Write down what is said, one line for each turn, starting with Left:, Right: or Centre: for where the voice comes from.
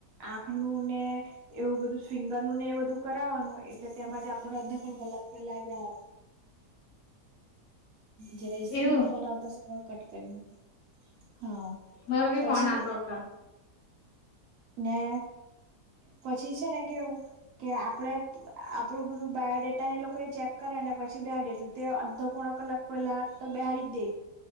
Right: આંખ નું ને એવું બધું સ્વિંગરનું ને એ બધું કરાવાનું એટલે તેમાંજ આપ અડધા ત્રણ કલાક પેલા આવ્યા જરા ઈસ્રી
Left: એવું
Right: ન ફોન આવતા કટ કરી હા
Left: મારો બી
Right: પછી
Left: ફોન આવતો હતો
Right: ને પછી છે ને કેવું કે આપડે આપડું બધું બાયોડેટાને એ લોકો એ ચેક કરે ને પછી બેહાડે એટલે તે અડધો પોણા કલાક પેલા તો બહારી જ દે